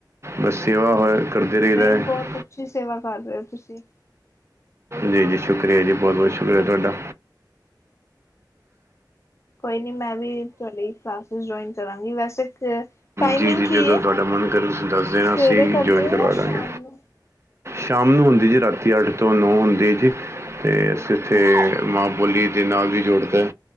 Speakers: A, on the right (about 35°); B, on the left (about 40°).
A: ਬਸ
B: ਹਾਂਜੀ
A: ਸੇਵਾ ਹੋਏ ਕਰਦੇ ਰਹੀਦਾ
B: ਨਹੀਂ
A: ਹੈ
B: ਬਹੁਤ ਅਛੀ ਸੇਵਾ ਕਰ ਰਹੇ ਹੋ ਤੁਸੀਂ
A: ਜੀ ਜੀ ਸ਼ੁਕਰੀਆ ਜੀ ਬਹੁਤ ਬਹੁਤ ਸ਼ੁਕਰੀਆ ਤੁਹਾਡਾ
B: ਕੋਈ ਨ ਮੈਂ ਵੀ ਥੋੜੀ ਕਲਾਸੀਸ ਜੁਆਇੰਨ ਕਰਾਂਗੀ ਵੈਸੇ ਟਾਈਮਿੰਗ
A: ਜੀ ਜੀ
B: ਕੀ
A: ਜਦੋਂ
B: ਹੈ
A: ਤੁਹਾਡਾ ਮਨ ਕਰੇ ਤੁਸੀਂ ਦੱਸ ਦੇਣਾ
B: ਸਵੇਰੇ
A: ਅਸੀਂ
B: ਕਰਦੇ
A: ਜੁਆਇਨ ਕਰਵਾ
B: ਹੋ ਜਾਂ ਸ਼ਾਮ
A: ਦਾਂਗੇ
B: ਨੂੰ
A: ਸ਼ਾਮ ਨੂੰ ਹੁੰਦੀ ਜੀ ਰਾਤੀ ਅੱਠ ਤੋਂ ਨੌ ਹੁੰਦੀ ਜੀ ਅਤੇ ਅਸੀਂ ਇੱਥੇ
B: ਅੱਛਾ ਅੱਛਾ
A: ਮਾਂ ਬੋਲੀ ਦੇ ਨਾਲ ਵੀ ਜੋੜਦੇ